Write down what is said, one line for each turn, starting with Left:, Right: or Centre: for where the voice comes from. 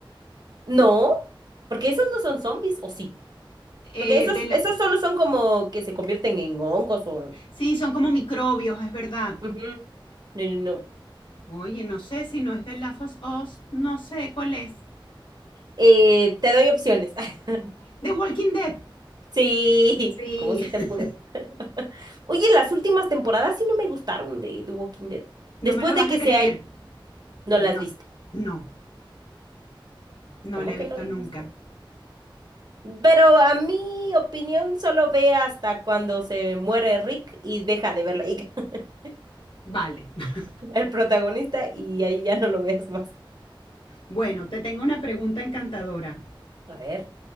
Right: No, porque esos no son zombies, ¿o sí?
Left: Eh,
Right: Porque esos,
Left: de la-
Right: esos solo son como que se convierten en hongos o...
Left: Sí, son como microbios, es verdad.
Right: Ujú. No, no, no.
Left: Oye, no sé si no es The Last of Us, no sé cuál es.
Right: Eh, te doy opciones. <laughs>
Left: The Walking Dead.
Right: Sí,
Left: Sí.
Right: <laughs> ¿cómo se te pudo? <laughs> Oye, las últimas temporadas sí no me gustaron de The Walking Dead.
Left: No
Right: Después
Left: me lo vas
Right: de que
Left: a creer.
Right: se hay, no
Left: No,
Right: las has visto.
Left: no, no
Right: ¿Cómo
Left: la he visto
Right: que no las
Left: nunca.
Right: has visto? Pero a mi opinión solo ve hasta cuando se muere Rick y deja de verla <laughs>
Left: Vale. <laughs>
Right: el protagonista y ahí ya no lo veas más.
Left: Bueno, te tengo una pregunta encantadora.
Right: A ver,